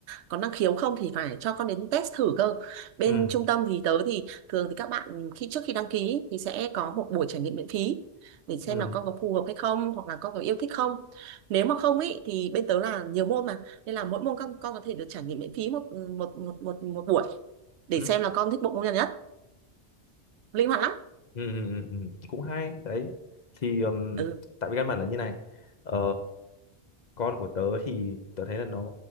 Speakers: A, on the right; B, on the left.
A: có năng khiếu không thì phải cho con đến test thử cơ. Bên
B: ừ
A: trung tâm thì tớ thì thường thì các bạn khi trước khi đăng ký thì sẽ có một buổi trải nghiệm miễn phí để xem
B: ừ
A: là con có phù hợp hay không hoặc là con có yêu thích không. Nếu mà không ý thì bên tớ là nhiều môn mà nên là mỗi môn con con có thể được trải nghiệm miễn phí một một một một, một buổi để
B: ừ,
A: xem là con thích bộ môn nào nhất. Linh hoạt lắm.
B: ừ, ừ, ừ, ừ. cũng hay đấy thì ừm,
A: Ừ.
B: tại vì căn bản là như này ờ, con của tớ thì tớ thấy là nó